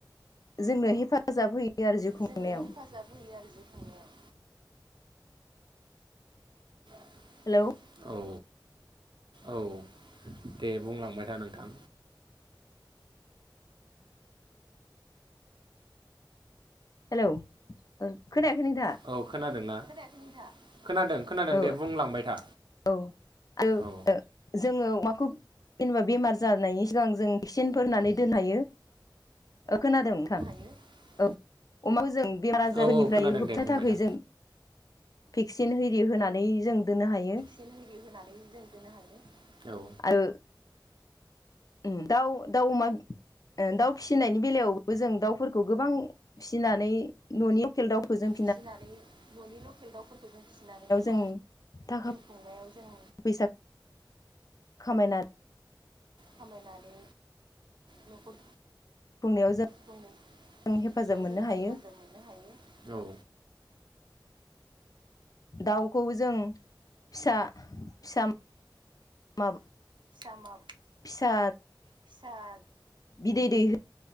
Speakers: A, on the left; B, on the right.
A: जोंनो हेफाजाब होयो। आरो जिउ खुंनायाव
B: जोंनियाव हेफाजाब होयो आरो जि थांनायाव <unintelligible>
A: हेलौ।
B: औ औ दे बुंलांबाय था नोंथां।
A: हेलौ खोनायाखै नोंथांआ।
B: औ <unintelligible> खोनादोंना खोनादों खोनादों
A: औ
B: दे बुंलांबाय था।
A: औ आरो
B: औ
A: जोङो माखौ। जेनेबा बेमार जानायनि सिगां जों भेक्सिनफोर होनानै दोननो हायो ओ खोनादों नोंथां।
B: <unintelligible>
A: औ। अमा जों बेमार आजारनिफ्राय
B: औ औ खोनादों
A: होबथानो
B: दे बुंबाय
A: थाखाय
B: था
A: जों भेक्सिन हो होनानै जों दोननो हायो।
B: रिग होनानै जों दोननो हायो औ।
A: ओ उम दाउ दाउ अमा। ओ दाउ फिसिनायनि बेलायावबो जों दाउफोरखौ गोबां फिसिनानै न'नि लकेल दाउखौ जों
B: फिसिनानै न'नि लकेल दाउफोरखौ जों फिसिनानै न'खर
A: उम थाखा
B: खुंनायाव जों
A: फैसा खामायना
B: खामायनानै न'खर
A: बुंनायाव जों
B: बुंनायाव
A: हेफाजाब मोननो
B: जों
A: हायो
B: हेफाजाब मोननो हायो औ।
A: दाउखौ जों फिसा फिसा मा
B: <unintelligible>
A: फिसा
B: <unintelligible>
A: बिदै दैहो